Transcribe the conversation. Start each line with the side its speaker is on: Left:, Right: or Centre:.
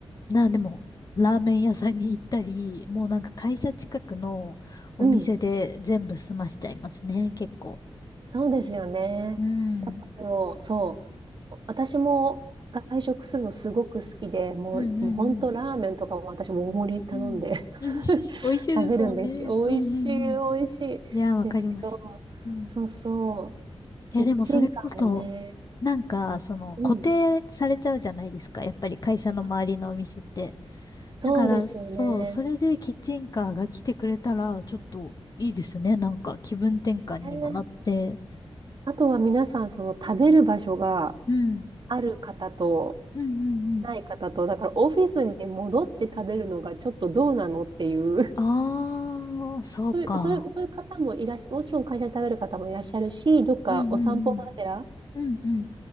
Left: な、でも、ラーメン屋さんに行ったり、もうなんか会社近くのお店で全部済ましちゃいますね、
Right: うん。
Left: 結構。
Right: そうですよね。
Left: うん。
Right: やっぱでも、そう。私も外食するのすごく好きで、もう、
Left: うんうんうん。
Right: もう本当ラーメンとかも私も大盛り頼んで
Left: うん。<laughs>
Right: <laughs>
Left: 美味しいですもんね。
Right: 食べるんですけど、
Left: うんうんうん
Right: 美味しい、美味しいですけど、
Left: いやー、わかります。うん。
Right: そうそう。キッチンカーもね。
Left: いや、でもそれこそ、なんか、その、
Right: うん。
Left: 固定されちゃうじゃないですか。やっぱり会社の周りのお店って。
Right: あ、そうですよね。
Left: だから、そう、それでキッチンカーが来てくれたら、ちょっといいですね。なんか、気分転換にもなって。
Right: ね。あとは皆さん、その食べる場所が
Left: うん。
Right: ある方と、
Left: うんうんうん。
Right: ない方と、だからオフィスに戻って食べるのがちょっとどうなのっていう、
Left: あー、
Right: <laughs>
Left: そうか。
Right: そういう、そういう、そういう方もいらっしゃ、もちろん会社で食べる方もいらっしゃるし、どっかお散歩がてら、
Left: うんうんうん。うんうん。